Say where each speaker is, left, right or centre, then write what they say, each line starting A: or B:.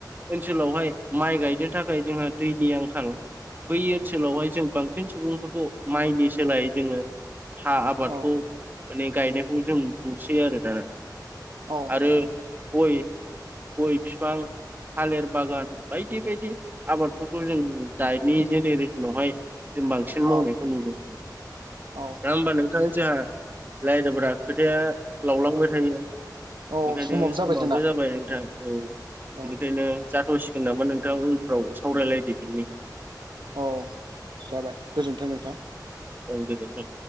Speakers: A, on the right (about 25°); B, on the right (about 85°).
A: ओनसोलावहाय माइ गायनो थाखाय जोंहा दैनि आंखाल बै ओनसोलावहाय जों बांसिन सुबुंफोरखौ माइनि सोलायै जोङो सा आबादखौ
B: औ
A: माने गायनायखौ जों नुसै आरो दाना।
B: औ
A: आरो गय गय फिफां थालिर बागान बायदि बायदि आबादफोरखौ जों दानि जेनेरेसनावहाय जों बांसिन
B: औ
A: मावनायखौ नुदों
B: औ
A: नङा होमबा नोंथांनि जोंहा रायदोब्रा खोथाया लावलांबाय थायो
B: औ
A: बेखायनो समाबो
B: जाबाय जोंना
A: जाबाय नोंथां औ बेनिखायनो
B: औ
A: जाथ'सिगोन नामा नोंथां उनफ्राव सावरायलायदो बिनि
B: औ जाबाय गोजोन्थों नोंथां
A: औ गोजोनथों